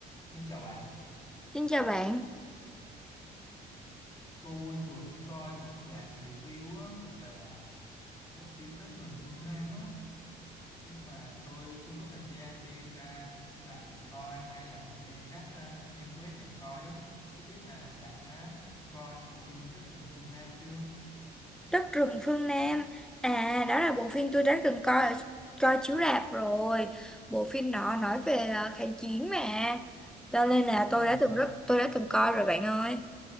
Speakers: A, on the left; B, in the centre.
A: Xin chào bạn,
B: Xin chào bạn,
A: tôi vừa coi một đoạn review á, về à, bộ phim Đất rừng phương Nam á, nhưng mà tôi chưa có thời gian đi ra rạp để coi hay là lên các à, trang web để coi á. Không biết là bạn đã coi bộ phim Đất rừng phương Nam chưa?
B: Đất rừng phương Nam. À, đó là bộ phim tôi đã từng coi ở- coi chiếu rạp rồi. Bộ phim đó nói về ờ, kháng chiến mà. Cho nên là tôi
A: Ừm,
B: đã từng rất tôi đã từng coi rồi bạn ơi.